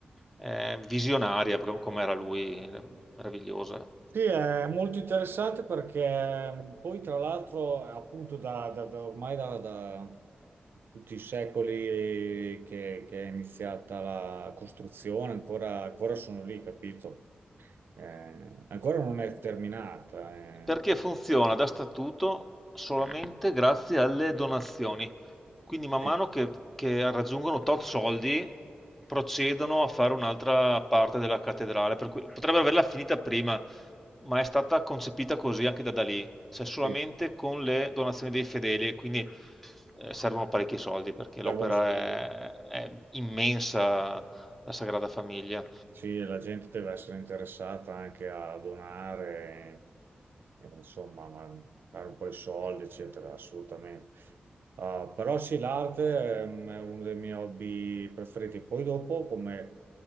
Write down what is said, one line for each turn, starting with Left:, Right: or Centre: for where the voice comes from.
Centre: Eh, visionaria, proprio come era lui, meravigliosa.
Right: Sì, è molto interessante perché mh, poi tra l'altro appunto da, da- da ormai da, da tutti i secoli che, che è iniziata la costruzione, ancora, ancora sono lì, capito? Eh, ancora non è terminata. eh.
Centre: perché funziona da statuto solamente grazie alle donazioni. Quindi man
Right: Sì,
Centre: mano che, che raggiungono tot soldi procedono a fare un'altra parte della cattedrale, per cui potrebbero averla finita prima, ma è stata concepita così anche da Dalì, cioè solamente
Right: sì.
Centre: con le donazioni dei fedeli e quindi eh, servono parecchi soldi perché l'opera
Right: Cioè, voi- sì,
Centre: è, è immensa, la Sagrada Famiglia.
Right: sì, la gente deve essere interessata anche a donare. Eh, insomma, ma dare un po' di soldi, eccetera, assolutamente. Ah, però sì, l'arte ehm, è uno dei miei hobby preferiti. Poi dopo, come,